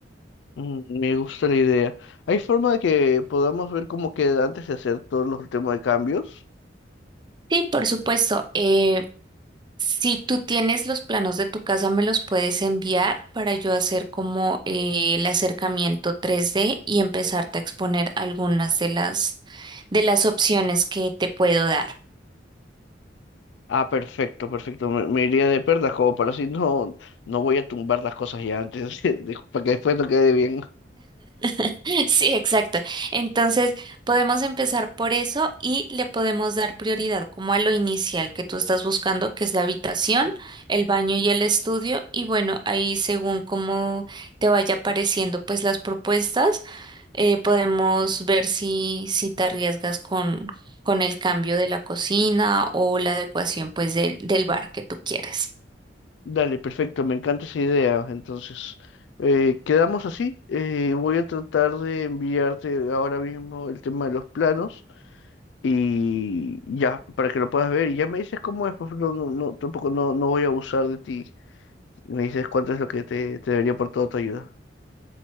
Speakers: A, on the left (about 70°); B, on the right (about 25°).
A: Mm, Me gusta la idea. ¿Hay forma de que podamos ver cómo queda antes de hacer todos los temas de cambios?
B: Sí, por supuesto. eh, Si tú tienes los planos de tu casa, me los puedes enviar para yo hacer como eh, el acercamiento 3D y empezarte a exponer algunas de las de las opciones que te puedo dar.
A: Ah, perfecto, perfecto. Me, me iría de perlas como para así no, no voy a tumbar las cosas ya antes, <laughs> de- para que después no quede bien.
B: <laughs> Sí, exacto. Entonces, podemos empezar por eso y le podemos dar prioridad como a lo inicial que tú estás buscando, que es la habitación, el baño y el estudio. Y bueno, ahí según cómo te vaya apareciendo pues las propuestas, eh, podemos ver si, si te arriesgas con, con el cambio de la cocina o la adecuación pues del del bar que tú quieres.
A: Dale, perfecto, me encanta esa idea. Entonces, eh, quedamos así. Eh, voy a tratar de enviarte ahora mismo el tema de los planos y ya, para que lo puedas ver. Y ya me dices cómo es, pues no, no, no, tampoco no, no voy a abusar de ti. Me dices cuánto es lo que te, te debería por toda tu ayuda.